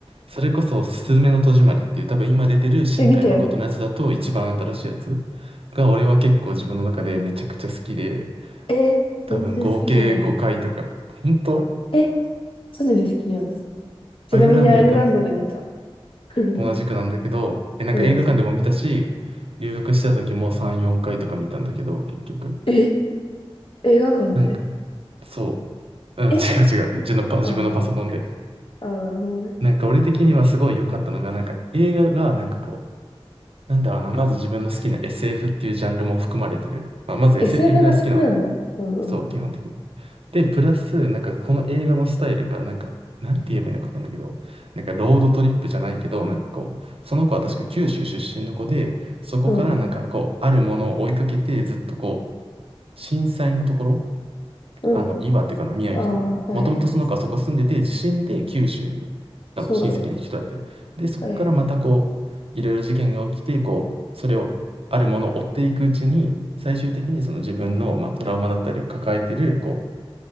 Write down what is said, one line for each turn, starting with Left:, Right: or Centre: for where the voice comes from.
Right: それこそ、すずめの戸締まりっていう、多分今出てる新海誠のやつだと一番新しいやつ
Left: え、見たよ。
Right: が、俺は結構自分の中でめちゃくちゃ好きで、
Left: え、全然好きじゃないんだけど。
Right: 多分合計5回とか、本当
Left: え、マジで好きじゃない。ちなみにアイルランドで見た。
Right: アイルランドいた
Left: <laughs>
Right: 同じくなんだけど、え、なんか映画館でも見たし、
Left: うん。
Right: 留学してた時も3、4回とか見たんだけど、結局。
Left: え、映画館で
Right: なんか、そう。うん、
Left: え、
Right: 違う違う。自分のパ、自分のパソコンで。
Left: ああーなにああー、なるほどね。
Right: なんか俺的にはすごい良かったのが、なんか映画がなんかこう、なんだろうな、まず自分の好きな SF っていうジャンルも含まれてる。まあ、まず SF
Left: SF
Right: が好きなのよ。
Left: が好きなんだ。うんうん。
Right: そう、基本的に。で、プラス、なんかこの映画のスタイルが、なんか、なんて言えばいいのかわかんないけど、なんかロードトリップじゃないけど、なんかこう、その子は確か九州出身の子で、そこからなんかこう、
Left: うん。
Right: あるものを追いかけて、ずっとこう、震災のところ、
Left: うん。
Right: あの、岩手かな、宮城かな、
Left: ああ、はいはいはい。
Right: もともとその子はそこ住んでて、地震で九州に、あの、
Left: そうだね。
Right: 親戚に引き取られて、で、そこからまたこう、
Left: はいはい。
Right: いろいろ事件が起きて、こう、それを、あるものを追っていくうちに、最終的にその自分の、まあ、トラウマだったりを抱えてる、こう、